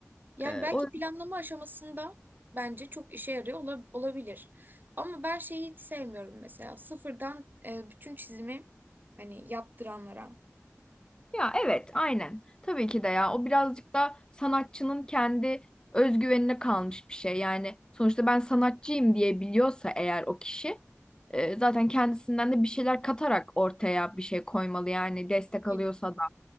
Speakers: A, on the right; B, on the left.
A: Yani
B: E,
A: belki
B: o
A: planlama aşamasında bence çok işe yarıyor ola- olabilir. Ama ben şeyi hiç sevmiyorum mesela. Sıfırdan e, bütün çizimi hani yaptıranlara.
B: ya evet aynen. Tabii ki de ya o birazcık da sanatçının kendi özgüvenine kalmış bir şey. Yani sonuçta ben sanatçıyım diye biliyorsa eğer o kişi E, zaten kendisinden de bir şeyler katarak ortaya bir şey koymalı yani destek
A: Aynen.
B: alıyorsa da